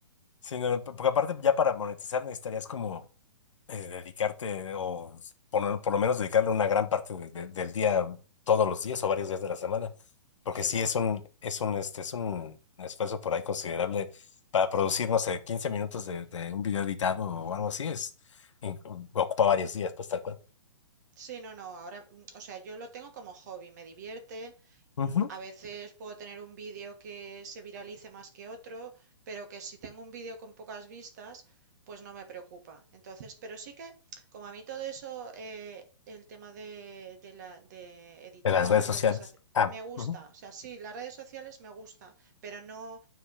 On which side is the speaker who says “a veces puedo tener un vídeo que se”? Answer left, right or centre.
Right